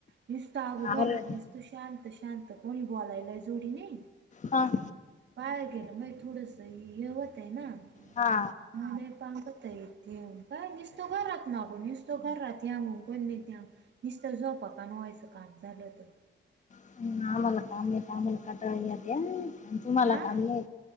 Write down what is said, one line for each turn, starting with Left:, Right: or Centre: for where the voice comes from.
Right: निसत अगो घरातीलच
Left: अरे
Right: निसता तू शांत शांत कोणी बुलायला जोडीने.
Left: हां.
Right: बाहेर गेलं महे थोडसं हे होतंय ना.
Left: हा.
Right: <unintelligible> पमखता येते काय दिसतो घरात <unintelligible> नागो नुसतं घर राती हुनकन नद्या नुस्तं झोपा का व्हायचं काम झालं होतं.
Left: ह आम्हाला काम येत आम्हाला कंटाळा येत तुम्हाला
Right: हा
Left: कामये